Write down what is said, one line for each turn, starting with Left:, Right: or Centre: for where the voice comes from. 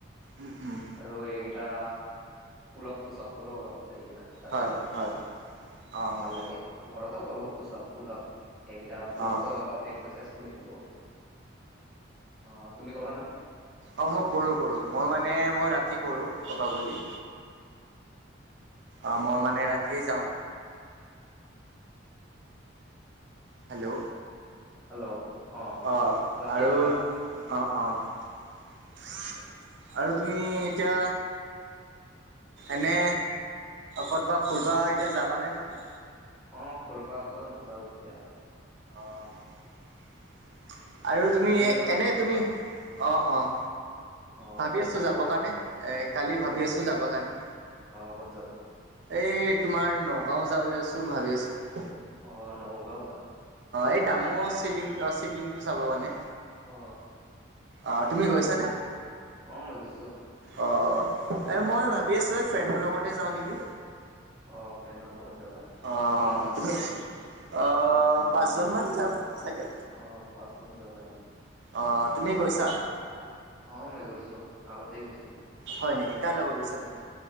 Right: উম উম
Centre: আৰু এইকেইটা পোলপ পোচপ কৰোঁ অলপ। যাই কিনা তাতে
Right: হয়
Centre: যিমতে
Right: হয় অঁ
Centre: ভাল লাগে ঘ কৰো পলপ এই ঘো অলপ
Right: অঁ
Centre: একাৰচাইজ কৰি থাকো অ' তুমি কৰা না
Right: অ' মই কৰো কৰো মই মানে মই ৰাতি কৰো কবা গলি অ' মই মানে ৰাতিয়ে যাওঁ হেল্ল'
Centre: হেল্ল' অ
Right: অঁ
Centre: ৰাতি
Right: আৰু
Centre: কৰা
Right: অঁ' অঁ' আৰু তুমি এতিয়া এনে কতবা ফুৰবা এতিয়া যাবানে তুমি?
Centre: অ ফুৰিবাতো নাযাও এতিয়া আৰু
Right: অ' আৰু তুমি
Centre: যাবা
Right: এনে
Centre: না ফুৰবা
Right: তুমি অঁ' অঁ'
Centre: অ
Right: ভাবি
Centre: ক'ত
Right: আছো
Centre: যাবা
Right: যাব
Centre: ফুৰিবা
Right: কাৰণে এ কালি
Centre: অ
Right: ভাবি
Centre: ক'ত যাবা
Right: আছো যাব কাৰণে
Centre: অ ক'ত যাবা
Right: এই তোমাৰ নগাঁও যায়ও আছো ভাবি আছো
Centre: অ' নগাঁও যাবা
Right: এই ডাঙৰ চিলিং শিবলিংগটো চাব কাৰনে
Centre: অ
Right: আহ তুমি গৈছানে?
Centre: আহ মই গৈছো
Right: অ এ মই ভাবি আছোঁ এই ফ্ৰেণ্ডৰ লগতে যাওঁ নেকি
Centre: অ' ফ্ৰিয়েণ্ডৰ লগত- যাবা
Right: অ'
Centre: কিমান জন
Right: তুমি
Centre: যাবা
Right: অ' পাঁচজন মান যাম চাগে
Centre: আহ পাঁচজন যাবা নেকি
Right: অ তুমি গৈছা
Centre: অ অ মই গৈছো আগতেই গৈছো মই
Right: হয় নেকি কাৰ লগত গৈছা তুমি